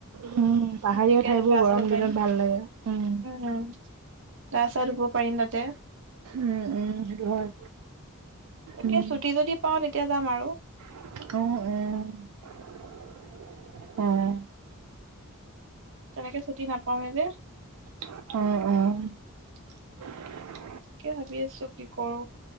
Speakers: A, on the right (about 80°); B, on the right (about 60°).
A: উম পাহাৰীয়া
B: একে
A: ঠাইবোৰ
B: গা
A: গৰম
B: ছা ধুব
A: দিনত
B: পাৰিম।
A: ভাল লাগে উম।
B: উম', গাছ ছা ধুব পাৰিম তাতে।
A: উম উম সেইটো হয়
B: তাকে
A: উম
B: ছুটি যদি পাওঁ তেতিয়া যাম আৰু।
A: অ'-অ', অ'।
B: তেনেকে ছুটি নাপাওঁৱে যে।
A: অ'-অ'।
B: তাকে ভাবি আছো কি কৰো।